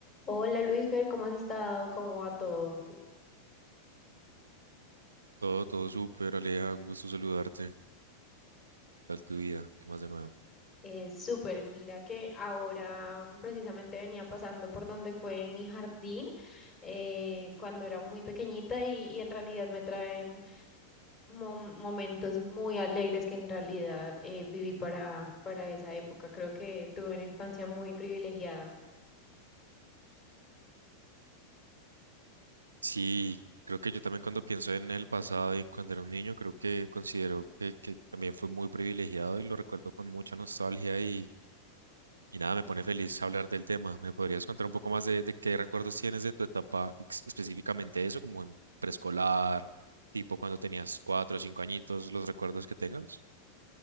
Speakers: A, on the left; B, on the right.
A: Hola Luisfer, ¿cómo has estado? ¿Cómo va todo?
B: Todo, todo súper, Aleja, un gusto saludarte. ¿Qué tal tu vida? ¿Qué más de nuevo?
A: Eh, súper, mira que ahora precisamente venía pasando por donde fue mi jardín eh, cuando era muy pequeñita y, y en realidad me traen mom- momentos muy alegres que en realidad eh, viví para, para esa época. Creo que tuve una infancia muy privilegiada.
B: Sí, creo que yo también cuando pienso en el pasado y en cuando era un niño, creo que considero que, que también fue muy privilegiado y lo recuerdo con mucha nostalgia y, y nada, me pone feliz hablar del tema. ¿Me podrías contar un poco más de, de qué recuerdos tienes de tu etapa, ex- específicamente eso, como en preescolar, tipo cuando tenías cuatro o cinco añitos, los recuerdos que tengas?